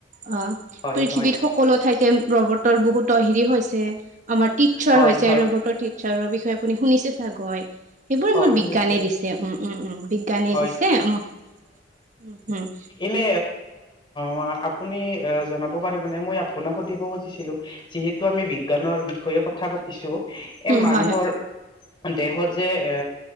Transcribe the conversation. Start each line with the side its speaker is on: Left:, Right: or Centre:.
Right: অ
Left: হয়
Right: পৃথিৱীত
Left: হয়
Right: সকলো ঠাইতে ৰবটৰ বহুত হেৰি হৈছে আমাৰ টিট
Left: হয়
Right: চাৰ হৈছে
Left: হয়
Right: ৰ'বটৰ টিচাৰৰ বিষয়ে আপুনি শুনিছে চাগৈ সেইবোৰ
Left: হয়
Right: আমাৰ
Left: শুনিছো
Right: বিজ্ঞানে দিছে উম উম উম বিজ্ঞানে
Left: হয়
Right: দিছে উম উম
Left: আপুনি মই আপুনি জনাব পাৰিবনে মই আপোনাক সুধিব খুজিছিলো যিহেতু আমি বিজ্ঞানৰ বিষয়ে কথা পাতিছো এ
Right: উম
Left: মানুহৰ
Right: হয় হয়
Left: দেহত যে এ